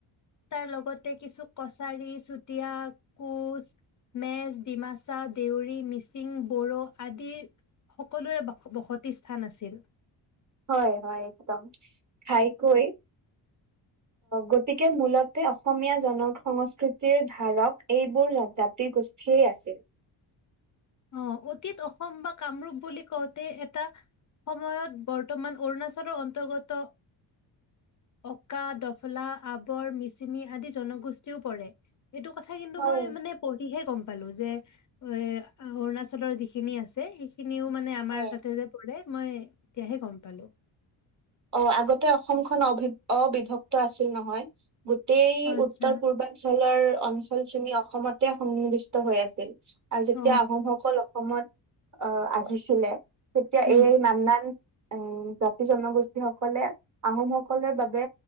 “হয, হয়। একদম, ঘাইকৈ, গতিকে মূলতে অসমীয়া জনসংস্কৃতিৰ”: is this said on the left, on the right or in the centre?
Right